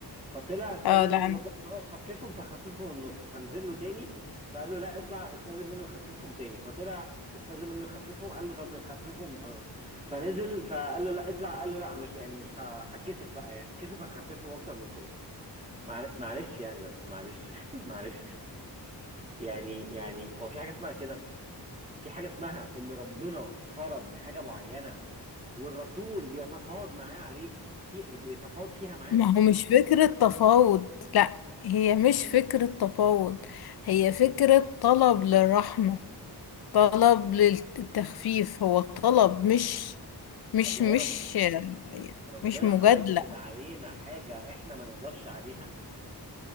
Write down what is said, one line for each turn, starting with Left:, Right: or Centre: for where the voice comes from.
Right: فطلع استاذن
Left: اه لا
Right: منه ربنا ان هو يخففهم فخففهم النص فنزل له تاني فقال له لا اطلع استاذن منه يخففهم تاني فطلع استاذن منه يخففهم قال له طب نخففهم ف... فنزل فقال له لا اطلع قال له لا مش يعني مش ه- هتكسف بقى يعني هتكسف هخففهم اكتر من كده معل- معلش يعني بس معلش <laughs> معلش يعني يعني هو في حاجه اسمها كده في حاجه اسمها ان ربنا فرض حاجه معينه والرسول بيتفاوض معاه عليه في بيتفاوض فيها معاه
Left: ما هو مش فكرة تفاوض لا هي مش فكرة تفاوض هي فكرة طلب للرحمة طلب للتخفيف هو طلب مش مش
Right: طب وهو
Left: مش
Right: رب
Left: يعني
Right: ربنا
Left: مش مجادلة
Right: هيفرض علينا حاجة احنا ما نقدرش عليها